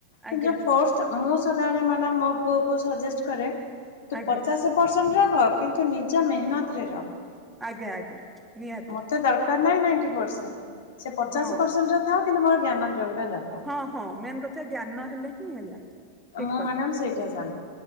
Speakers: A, on the left; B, in the centre.
A: କିନ୍ତୁ,
B: ଆଜ୍ଞା
A: ଜଉ ଫୋଷ୍ଟ ମୁଁ ସଦାବେଳେ ମାନେ ମୋ ପୁଅକୁ ଶଜେଷ୍ଟ କରେ ତୁ
B: ଆଜ୍ଞା
A: ପଚାଶେ ପରସେଣ୍ଟ ରଖ କିନ୍ତୁ, ନିଜ ମେହନତରେ ରଖ।
B: ଆଜ୍ଞା! ଆଜ୍ଞା! ନିହାତି।
A: ମତେ ଦରକାର ନାହିଁ ନାଇଣ୍ଟ ପରସେଣ୍ଟ, ସେ ପଚାଶ
B: ହଁ
A: ପରସେଣ୍ଟ ରେ ଥାଉ, କିନ୍ତୁ ମୋର ଜ୍ଞାନ ରହିବା ଦରକାର।
B: ହଁ, ହଁ, ମେନ୍ କଥା ଜ୍ଞାନ ହେଲେ ହିଁ ହେଲା। ଠିକ
A: ମୁଁ
B: କଥା
A: ମ୍ୟାଡାମ ସେଇଟା ଜାଣେ।